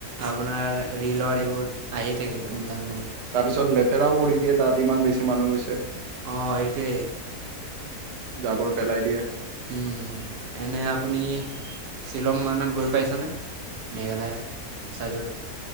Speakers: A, on the right; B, on the right.
A: আপোনাৰ ৰিলৰ এইবোৰ আহি থাকে একদম দাম
B: তাৰপিছত লেতেৰাও কৰি দিয়ে তাত ইমান বেছি মানুহ গৈছে।
A: অ সেইটোৱে
B: জাবৰ পেলাই দিয়ে
A: উম হ এনে আপুনি শ্বিলং মনত গৈ পাইছেনে। মেঘালয় ছাইডত